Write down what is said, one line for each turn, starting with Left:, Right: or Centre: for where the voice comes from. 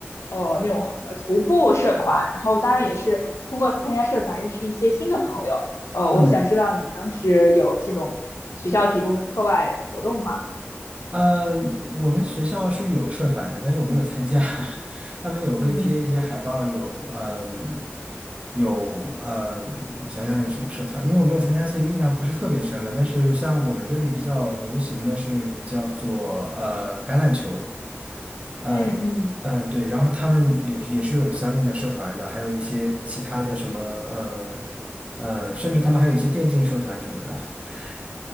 Left: 呃那种呃徒步社团。然后当然也是通过参加社团认识一些新的朋友。呃，
Right: 嗯。
Left: 我会想知道你当时有这种学校提供的课外活动吗？
Right: 嗯，我们学校是有社团的，但是我没有参加。<laughs> 他们有会贴一些海报，
Left: 嗯
Right: 有嗯，有嗯，我想想有什么社团，因为我没有参加，所以印象不是特别深了。但是像我们这里比较流行的是叫做呃橄榄球，呃
Left: 嗯嗯，
Right: 嗯对，然后他们有也是有相应的社团的，还有一些其他的什么呃嗯、呃，甚至他们还有一些电竞社团什么的。<laughs>